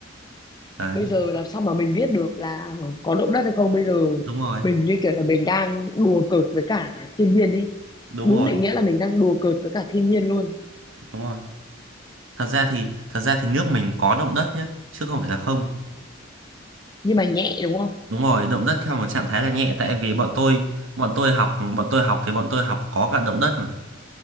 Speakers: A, on the right; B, on the left.
A: đấy
B: bây giờ làm sao mà mình biết được là có động đất hay không bây giờ
A: đúng rồi
B: mình như kiểu là mình đang đùa cợt với cả thiên nhiên đi
A: đúng
B: đúng
A: rồi
B: định nghĩa là mình đang đùa cợt với cả thiên nhiên luôn
A: đúng rồi thật ra thì thật ra thì nước mình có động đất nhá chứ không phải là không
B: nhưng mà nhẹ đúng không
A: đúng rồi động đất theo một trạng thái là nhẹ tại vì bọn tôi bọn tôi học bọn tôi học thì bọn tôi học có cả động đất mà